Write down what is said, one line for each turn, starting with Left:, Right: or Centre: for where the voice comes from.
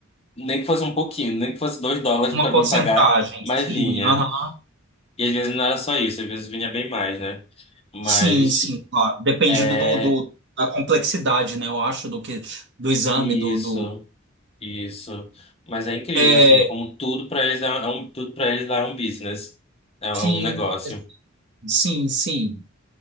Left: nem que fosse um pouquinho, nem que fosse dois dólares
Right: uma
Left: para
Right: porcentagem.
Left: me pagar, mas
Right: Sim,
Left: vinha.
Right: aham.
Left: E às vezes não era só isso, às vezes vinha bem mais, né? Mas
Right: Sim, sim, claro. Depende
Left: é
Right: do, do- da complexidade, né? Eu acho, do que do exame,
Left: isso,
Right: do, do...
Left: isso. Mas é incrível
Right: É,
Left: assim, como tudo para eles é, um, é um tudo para eles lá é um business, é um
Right: sim,
Left: é um negócio.
Right: sim, sim.